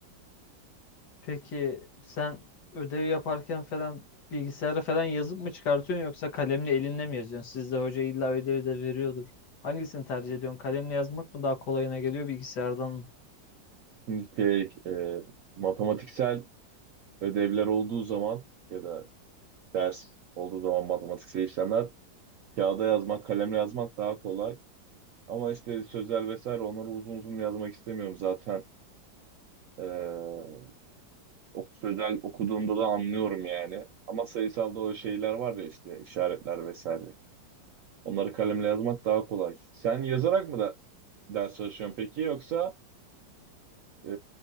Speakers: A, on the left; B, on the right.
A: Peki sen ödev yaparken falan bilgisayara falan yazıp mı çıkartıyorsun yoksa kalemle elinle mi yazıyorsun? Sizde hoca illa ödev de veriyordur. Hangisini tercih ediyorsun? Kalemle yazmak mı daha kolayına geliyor bilgisayardan mı?
B: Şimdi şey, e, matematiksel ödevler olduğu zaman ya da ders olduğu zaman matematiksel işlemler Kağıda yazmak, kalemle yazmak daha kolay. Ama işte sözel vesaire onları uzun uzun yazmak istemiyorum zaten. Ee, o sözel okuduğumda da anlıyorum yani. Ama sayısalda o şeyler var ya işte işaretler vesaire. Onları kalemle yazmak daha kolay. Sen yazarak mı da ders çalışıyorsun peki yoksa ee,